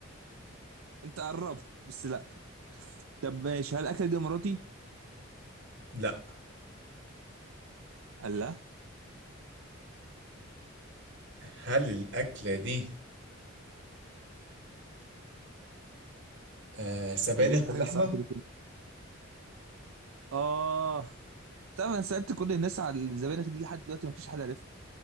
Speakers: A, on the right; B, on the right.
A: انت قربت بس لا طب ماشي هل الاكل دي اماراتي
B: لا
A: الله
B: هل الأكلة دي آه سبانخ
A: تجيب لي
B: باللحمه
A: حاجه صعبه دي كده. اه طب انا سالت كل الناس على الزبانخ دي لحد دلوقتي ما فيش حد عرفها